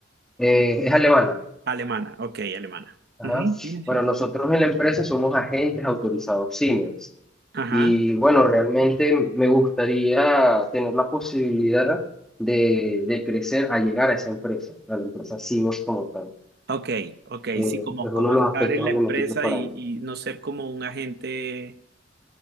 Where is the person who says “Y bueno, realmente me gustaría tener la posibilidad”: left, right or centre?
Centre